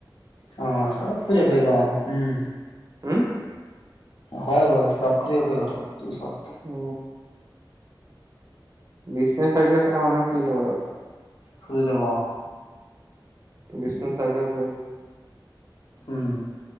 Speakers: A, on the left (about 75°); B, on the right (about 45°).
A: অ চব ফালে ঘূৰিব পাওঁ উম
B: হা
A: হয় বাৰু চাব খুলিব পাৰিব তাত পিছত
B: অ বিজনেছ আইডিয়া থকা মানুহ খিলড ঘৰত
A: খুলি লাব
B: ট্ৰেডিশনেল চাইকেল প ল
A: হম